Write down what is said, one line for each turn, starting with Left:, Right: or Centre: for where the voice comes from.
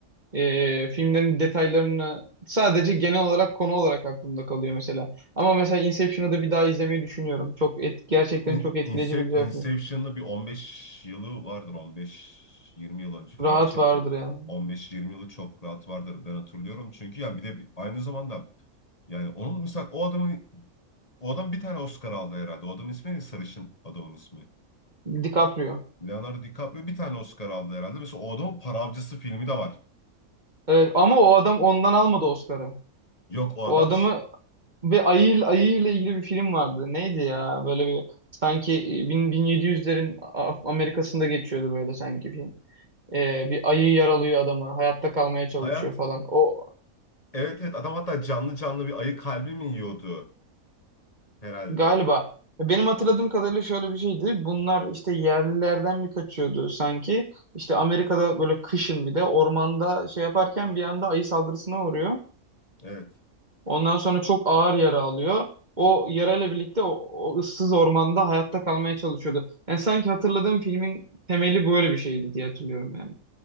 Right: e, filmlerin detaylarını sadece genel olarak konu olarak aklımda kalıyor mesela. Ama mesela Inception'ı da bir daha izlemeyi düşünüyorum. Çok et, gerçekten
Left: In-
Right: çok etkileyici
Left: Inse-
Right: bir güzel
Left: Inception'da
Right: film.
Left: bir 15 yılı vardır 15-20 yıl önce falan
Right: Rahat
Left: çekil.
Right: vardır yani.
Left: 15-20 yılı çok rahat vardır ben hatırlıyorum. Çünkü ya bir de bi- aynı zamanda yani onun mesela o adamın o adam bir tane Oscar aldı herhalde. O adamın ismi ne? Sarışın adamın ismi.
Right: DiCaprio.
Left: Leonardo DiCaprio bir tane Oscar aldı herhalde. Mesela o adamın Para Avcısı filmi de var.
Right: Evet, ama o adam ondan almadı Oscar'ı.
Left: Yok o
Right: O
Left: adam
Right: adamı
Left: ş-
Right: ve ayı, ayı ile ilgili bir film vardı. Neydi ya? Böyle bir sanki e, bin- 1700'lerin A- Amerika'sında geçiyordu böyle sanki film. Ee, bir ayı yaralıyor adamı. Hayatta kalmaya çalışıyor
Left: hayat
Right: falan. O
Left: evet evet adam hatta canlı canlı bir ayı kalbi mi yiyordu herhalde.
Right: galiba benim hatırladığım kadarıyla şöyle bir şeydi. Bunlar işte yerlilerden mi kaçıyordu sanki? İşte Amerika'da böyle kışın bir de ormanda şey yaparken bir anda ayı saldırısına uğruyor.
Left: Evet.
Right: Ondan sonra çok ağır yara alıyor. O yarayla birlikte o, o ıssız ormanda hayatta kalmaya çalışıyordu. Yani sanki hatırladığım filmin temeli böyle bir şeydi diye hatırlıyorum yani.